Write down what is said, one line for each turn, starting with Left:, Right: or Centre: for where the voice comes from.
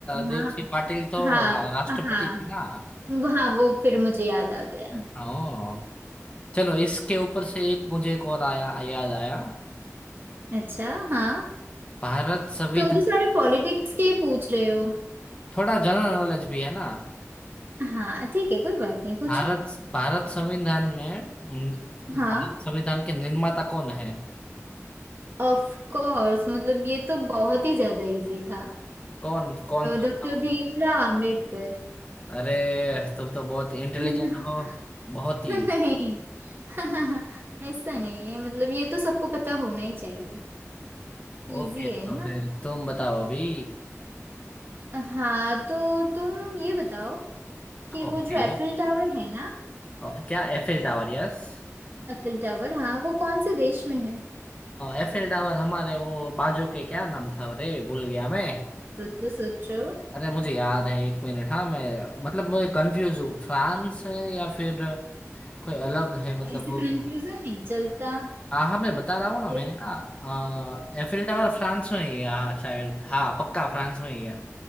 Left: देव
Right: हाँ
Left: सिंह पाटिल तो
Right: हाँ
Left: रा, राष्ट्रपति
Right: हाँ
Left: थी ना
Right: वो- हाँ वो फिर मुझे याद आ गया
Left: हाँ चलो इसके ऊपर से एक मुझे एक और आया याद आया
Right: अच्छा हाँ
Left: भारत संविधान
Right: तुम तो सारे पॉलिटिक्स के ही पूछ रहे हो
Left: थोड़ा जनरल नॉलेज भी है ना
Right: हाँ ठीक है कोई बात नहीं पूछो
Left: भारत भारत संविधान में न- भारत
Right: हाँ
Left: संविधान के निर्माता कौन है
Right: ऑफ कोर्स मतलब ये तो बहुत ही ज्यादा इजी था
Left: कौन कौन था
Right: डॉक्टर भीमराव आम्बेडकर
Left: अरे तुम तो बहुत इंटेलिजेंट
Right: <laughs>
Left: हो बहुत ही
Right: नहीं <laughs> ऐसा नहीं है मतलब ये तो सबको पता होना ही चाहिए
Left: ओके
Right: इजी
Left: तो
Right: है ना
Left: फिर तुम बताओ अभी
Right: हाँ तो तुम ये बताओ कि
Left: ओके
Right: वो जो एफिल टावर है ना
Left: अ, क्या Eiffel tower Yes
Right: एफिल टावर हाँ वो कौन से देश में है
Left: Eiffel tower हमारे वो बाजू के क्या नाम था रे भूल गया मैं
Right: सोचो सोचो
Left: अरे मुझे याद है एक मिनट हाँ मैं मतलब मैं कंफ्यूज हूँ फ्रांस है या फिर कोई अलग है मतलब
Right: ऐसे
Left: वो
Right: कंफ्यूजन नहीं चलता
Left: हाँ हाँ मैं बता रहा हूँ ना
Right: सही
Left: मैंने कहा एफिल टावर फ्रांस में ही है हाँ शायद हाँ पक्का फ्रांस में ही है